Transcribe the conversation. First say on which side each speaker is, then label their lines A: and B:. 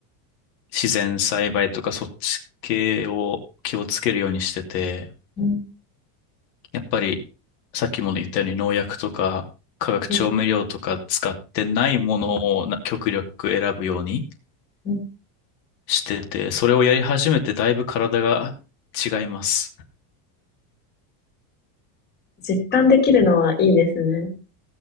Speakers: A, on the left; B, on the left.
A: 自然栽培とか、そっち系を気をつけるようにしてて、
B: うん
A: やっぱり、さっきも言ったように農薬とか、化学調味料とか使ってないものをな極力選ぶように
B: えうん
A: してて、それをやり始めてだいぶ体が違います。
B: 実感できるのはいいですね。